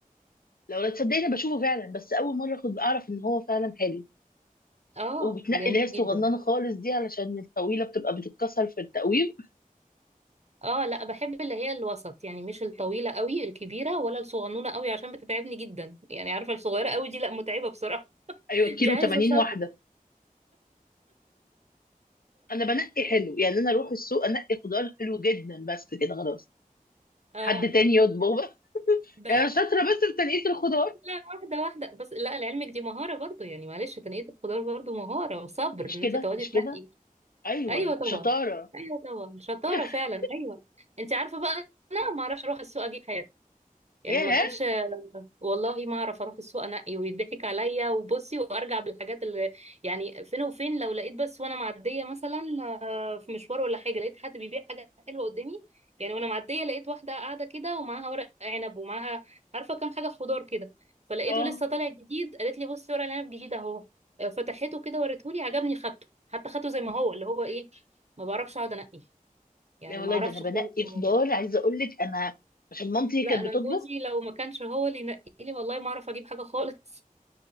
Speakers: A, on the left; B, on the right.
A: لو لا تصدقني بشوفه فعلا بس اول مره اخد اعرف ان هو فعلا حلو
B: اه
A: وبتنقي
B: جميل
A: اللي هي الصغننه
B: جدا
A: خالص دي علشان الطويله بتبقى بتتكسر في التقويم
B: اه لا بحب اللي هي الوسط يعني مش الطويلة قوي الكبيرة ولا الصغنونة قوي عشان بتتعبني جدا يعني عارفة الصغيرة قوي دي لا متعبة بصراحة
A: ايوه كيلو
B: <laughs> دي عايزة
A: 80
B: صبر
A: واحده انا بنقي حلو يعني انا اروح السوق انقي خضار حلو جدا بس كده خلاص
B: اه
A: حد تاني يطبخ بقى
B: ده
A: يعني أنا شاطره بس في تنقيه الخضار
B: لا واحدة واحدة بس لا لعلمك دي مهارة برضو يعني معلش تنقية الخضار برضو مهارة وصبر
A: مش
B: ان
A: كده
B: انت تقعدي
A: مش
B: تنقي
A: كده ايوه
B: ايوه طبعا
A: شطاره
B: ايوه طبعا شطارة
A: <laughs>
B: فعلا ايوه انت عارفة بقى انا ما اعرفش اروح السوق اجيب حاجة يعني
A: ياه
B: ما كانش والله ما اعرف اروح السوق انقي ويضحك عليا وبصي وارجع بالحاجات اللي يعني فين وفين لو لقيت بس وانا معديه مثلا آه، في مشوار ولا حاجه لقيت حد بيبيع حاجه حلوه قدامي يعني وانا معديه لقيت واحده قاعده كده ومعاها ورق عنب ومعاها عارفه كام حاجه خضار كده فلقيته
A: اه
B: لسه طالع جديد قالت لي بصي ورق العنب جديد اهو آه، فتحته كده وريته لي عجبني خدته حتى خدته زي ما هو اللي هو ايه ما بعرفش اقعد انقي يعني
A: لا والله
B: ما اعرفش
A: ده انا بنقي
B: خالص الموضوع
A: خضار عايزه اقول لك انا عشان مامتي هي
B: لا
A: كانت
B: انا
A: بتطبخ
B: جوزي لو ما كانش هو اللي ينقي لي والله ما اعرف اجيب حاجه خالص